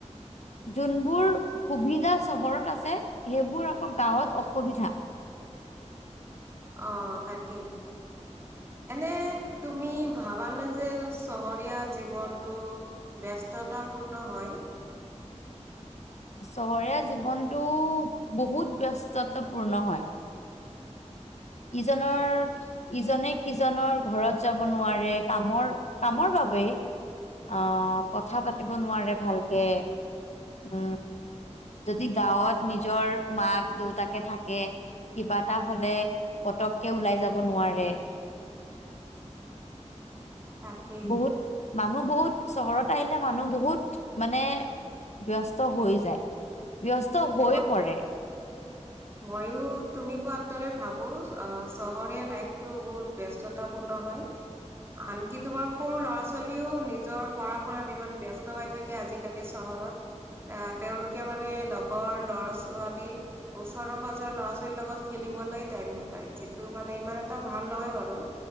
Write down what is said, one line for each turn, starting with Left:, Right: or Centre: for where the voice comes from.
Left: যোনবোৰ সুবিধা চহৰত আছে সেইবোৰ আকৌ গাঁৱত অস সুবিধা
Right: অ তাকেই এনে তুমি ভাবানে যে চহৰীয়া জীৱনটো ব্যস্ততা পূৰ্ণ হয়
Left: চহৰীয়া জীৱনটো বহুত ব্যস্তত্বপূৰ্ণ হয় ইজনৰ ইজনে সিজনৰ ঘৰত যাব নোৱাৰে কামৰ কামৰ বাবেই আহ কথা পাতিব নোৱাৰে ভালকে উম যদি গাঁৱত নিজৰ মাক দেউতাকে থাকে কিবা এটা হলে পতককে ওলাই যাব নোৱাৰে
Right: তাকেই
Left: বহুত মানুহ বহুত চহৰত আহিলে মানুহ বহুত মানে ব্যস্ত হৈ যায় ব্যস্ত হৈ
Right: মই
Left: পৰে
Right: ময়ো তুমি কোৱাৰ দৰে ভাবো আহ চহৰীয়া লাইফটো বহুত ব্যস্ততাপূৰ্ণ হয় আনকি তোমাৰ সৰু ল'ৰা ছোৱালীও নিজৰ পঢ়া শুনাত ইমান ব্যস্ত হৈ থাকে আজিকালি চহৰত এ তেওঁলোকে মানে ৰ ল'ৰা ছোৱালী ওচৰৰ পাজৰ ল'ৰা ছোৱালীৰ লগত খেলিবলৈ টাইম নাপায় যিটো মানে ইমান এটা ভাল নহয় বাৰু